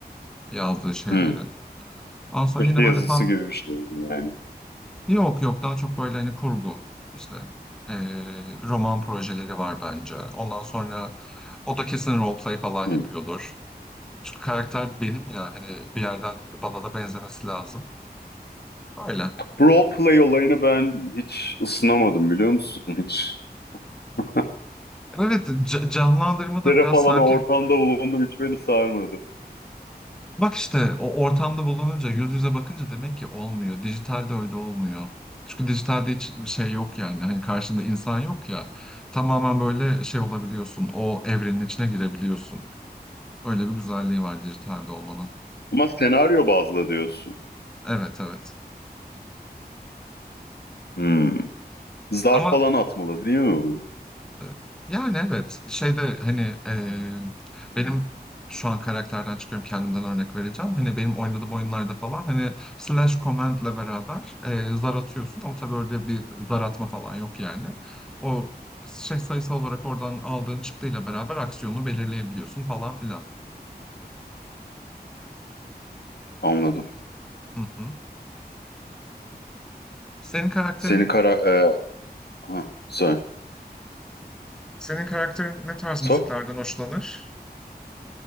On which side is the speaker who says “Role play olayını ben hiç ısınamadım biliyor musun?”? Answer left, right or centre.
Left